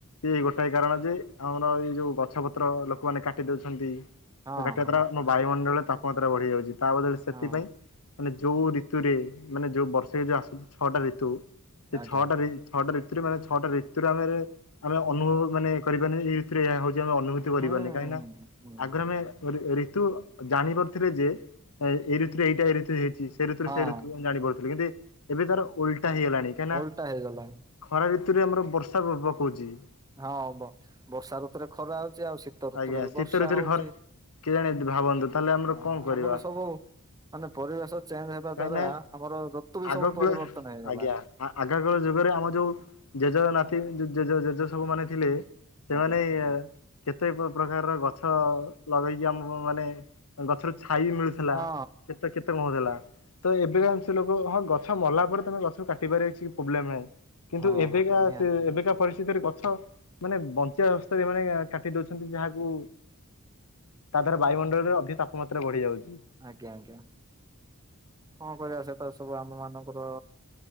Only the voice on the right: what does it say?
ହଁ
ହଁ
ଆଜ୍ଞା
ହୁଁ
ହୁଁ
ହୁଁ।
ହଁ
ଓଲଟା ହେଇଗଲା
ହଁ ବ ବର୍ଷା ଋତୁରେ ଖରା ହଉଛି ଆଉ ଶୀତ ଋତୁରେ
ବର୍ଷା
ହଉଛି।
ହଁ
ଆମର ସବୁ ମାନେ ପରିବେଶ ଚେଞ୍ଜ ହେବା
ଦ୍ଵାରା
ଆମର ଋତୁ ବି
ସବୁ ପରିବର୍ତ୍ତନ ହେଇଗଲା।
ଆଜ୍ଞା
ହଁ
ହଁ ହଁ
ନିହାତି
ଆଜ୍ଞା ଆଜ୍ଞା କଣ କରିବା ସେତ ସବୁ ଆମ ମାନଙ୍କର